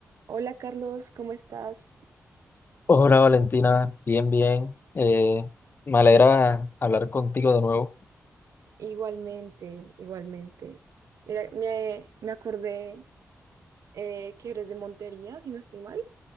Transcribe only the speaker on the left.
Hola Valentina, bien, bien. Eh, me alegra hablar contigo de nuevo.